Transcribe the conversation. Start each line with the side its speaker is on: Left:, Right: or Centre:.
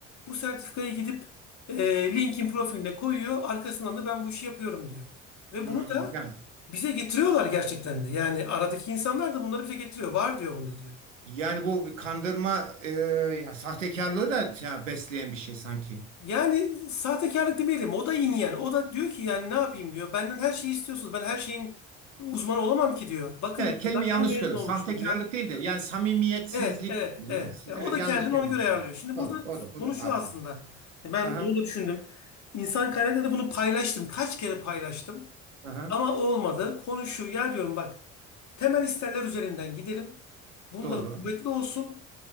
Left: Bu sertifikayı gidip e, LinkedIn profiline koyuyor. Arkasından da ben bu işi yapıyorum diyor. Ve
Right: Hmm,
Left: bunu da
Right: yani
Left: bize getiriyorlar gerçekten de. Yani aradaki insanlar da bunları bize getiriyor. Var diyor bunda diyor.
Right: yani bu bir kandırma e, ya sahtekarlığı da ya, besleyen bir şey sanki.
Left: Yani sahtekarlık demeyelim. O da yine yani. O da diyor ki yani ne yapayım diyor. Benden her şeyi istiyorsunuz. Ben her şeyin uzmanı olamam ki diyor. Bakın
Right: Evet
Left: diyor,
Right: kelime
Left: daha
Right: yanlış
Left: yeni mezun
Right: kullandım.
Left: olmuşum
Right: Sahtekarlık
Left: diyor.
Right: değil de yani samimiyetsizlik.
Left: Evet, evet,
Right: diyeyim.
Left: evet.
Right: Yani,
Left: Yani
Right: evet
Left: o da
Right: yanlış
Left: kendini
Right: kelime.
Left: ona göre
Right: kullandım.
Left: ayarlıyor. Şimdi
Right: Doğru,
Left: burada
Right: o da o
Left: konu
Right: da
Left: şu
Right: haklı.
Left: aslında. E, Ben
Right: Aha,
Left: onu da düşündüm. İnsan kaynakları da bunu paylaştım. Kaç kere paylaştım.
Right: aha,
Left: Ama olmadı. Konu şu. Ya diyorum bak. Temel isterler üzerinden gidelim. Bunlar
Right: doğru.
Left: kuvvetli olsun.